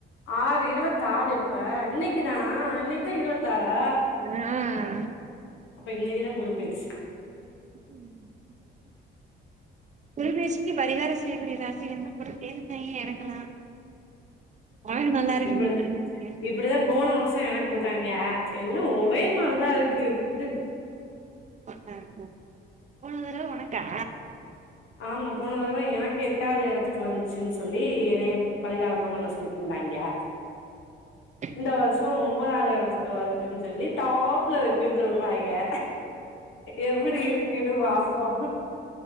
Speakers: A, on the left; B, on the right.
A: ஆறு இருவத்தாறு எப்ப இன்னைக்கு தானா இன்னைக்கு தா இருவத்தாறா
B: ஆ
A: அப்ப இன்னைக்கு தா குரு பெயர்ச்சி
B: <inaudible> குருப்பெயர்ச்சிக்கு பரிகாரொ செய்யக்கூடிய ராசி என்ன <unintelligible> எனக்கலா ஒனக் நல்லா இருக்குன்னு
A: இப்டிதா
B: போட்ருந்தாங்கெ
A: இப்டிதா போன வருஷொ எனக்கு போட்டாங்கெ எல்லா ஒரே மாரிதா இருக்கு விடு
B: ஆமா போன தரவ ஒனக்கா
A: ஆமா போன தடவ எனக்கு எட்டாவ்து எடத்துக்கு வந்துச்சுன்னு சொல்லி என்னைய பரிகாரம்லா பண்ண சொல்லிட் இருந்தாங்கெ
B: <inaudible>
A: இந்த வருஷொ ஒன்பதாது எடத்துக்கு வருதுன்னு சொல்லி டாப்ல இருக்குன்னு சொல்றாங்கெ எப்புடி இருக்குன்னு பாப்போ